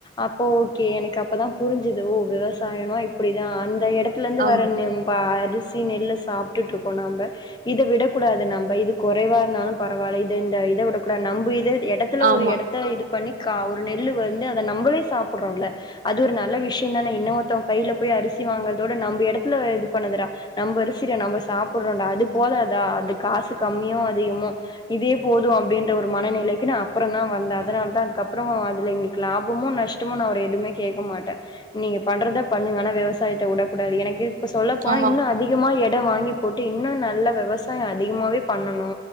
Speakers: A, on the left (about 25°); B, on the right (about 45°).
A: அப்போ ஓகே எனக்கு அப்பதான் புரிஞ்சது ஓ விவசாயன இப்படிதா அந்த இடத் த்துலேந்து
B: ஆம்
A: வர நேம் வ அது சி நெல்லு சாப்ட்டுருக் போ நம்பர் இத விடக்கூடாது நம்ப இது கொறைவா இருந்தாலும் பரவால்ல இது இந்த இத வுடக்கூடாது நம்ப இத எடத்துல
B: ஆமா
A: ஒரு எடத்த இது பண்ணி கா ஒரு நெல்லு வந்து அத நம்பளே சாப்ட்றோம்ல அது ஒரு நல்ல விஷ்ய தானே இன்ன ஒத்த கையிர்ல போய் அரிசி வாங்கறதோட நம்ம இடத்துல இது பண்ணதுடா நம்ம அரசிட நம்ம சாப் ந்தா அது போத அந்த அது காசு கம்மியும் அதிகமோ இதே போதும் அப்படின்ற ஒரு மனநிலைக்கு நான் அப்பற நா வந்த அதரர்தான் அதுக்கப்புறம் அதுல எங்களுக்கு லாபமும் நஷ்டமோ நா ஒரு எதுவுமே கேட்க மாட்டே நீங்க பண்றதா பண்ணுங்க ஆனா விவசாயத்தை வுடக் கூடாது எனக்கு இத சொல்ல போனா
B: ஆமா
A: இன்னு அதிகமா எடுத் இது வாங்கிப் போட்டு இன்னு நல்ல விவசாய அதிகமாவே பண்ணனு